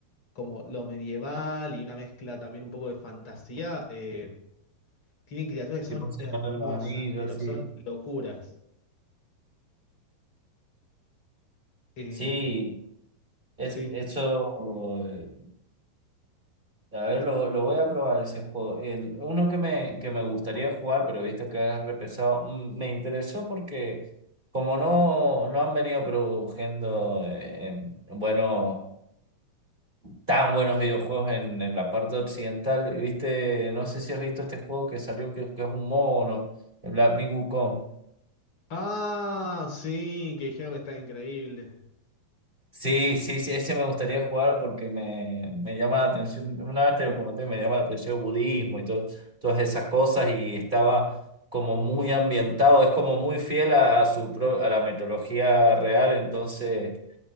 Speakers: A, on the left (about 35°); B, on the right (about 25°).
A: como lo medieval y una mezcla también un poco de fantasía, eh, Tienen criaturas que son
B: Tipo Señor
A: hermosas,
B: de los Anillos,
A: pero
B: sí.
A: son locuras. Eh,
B: Sí, es,
A: sí.
B: eso. eh, A ver, lo, lo voy a probar ese juego. El- uno que me, que me gustaría jugar, pero he visto que has repesado, mm, me interesó porque como no, no han venido produciendo eh, em, buenos Tan buenos videojuegos en, en la parte occidental. Viste, no sé si has visto este juego que salió que, que es un mono, el Black Myth Wukong.
A: Ah, sí, que dijeron que está increíble.
B: Sí, sí, sí, ese me gustaría jugar porque me, me llama la atención. Una vez te lo comenté, me llama la atención el budismo y todo, todas esas cosas. Y estaba como muy ambientado, es como muy fiel a, a su pro- a la mitología real, entonces